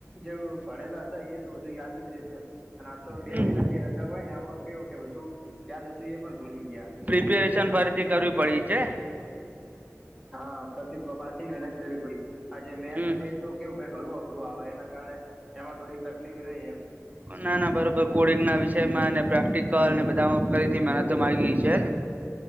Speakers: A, in the centre; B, on the right.
A: જે ભણેલા હતા એ તો વધુ યાદ જ રતે અને આ તો બે
B: હમ
A: મહિના જે રદા હોય ને એમાં કેવું કે બધું યાદ હતું એ પણ ભૂલી ગયા
B: પ્રિપેરેશન
A: એક્ઝામ
B: ફરીથી કરવી પડી છે
A: હા પછી પાછીને કરવી પડી આજે મેથ
B: હમ
A: ને તો કેવું કે ઘણું અઘરું આવે એના કારણે એમાં થોડી તકલીફ રહી એમ
B: ના ના બરોબર કોડિંગ ના વિષય માં ને પ્રેક્ટિકલ ને બધામાં ફરીથી મ તો મામાંગી છેને